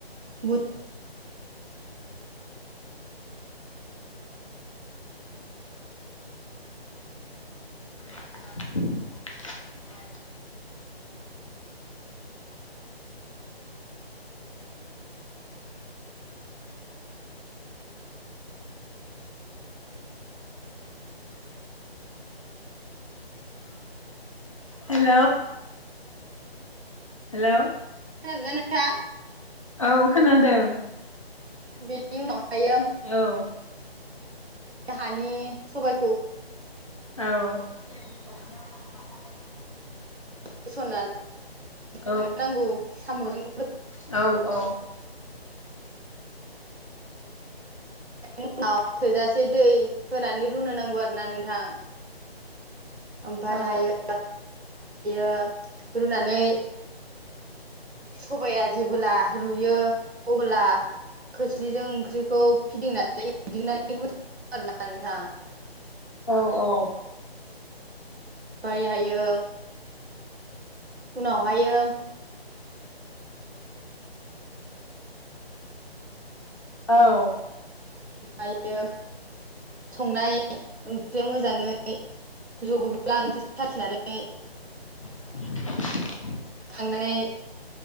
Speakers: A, on the right; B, on the left.
A: बुथ
B: <inaudible> हेल' हेल'?
A: खोनादोंना नोंथां
B: औ खोनादों?
A: बिनि उनावहायो
B: औ
A: ओ हानि सबाइखौ
B: औ
A: होसननानै
B: औ
A: नांगौ साम'जों
B: औ औ
A: उनाव थोजासे दै होनानै रुनो नांगौ आरो ना नोंथां। ओमफ्राय
B: औ
A: हायओ बेयो रुनानै सबाइाया जेबोब्ला रुयो अब्ला खोस्लिजों ओंख्रिखौ फिदिं नानै <unintelligible> नोंथां
B: औ औ
A: ओमफ्राय हायो उनावहायो
B: औ
A: ओमफ्रायो संनाय ओंख्रिया मोजाङै जबोब्ला ओंख्रि सासिनानै
B: <inaudible>
A: थांनानै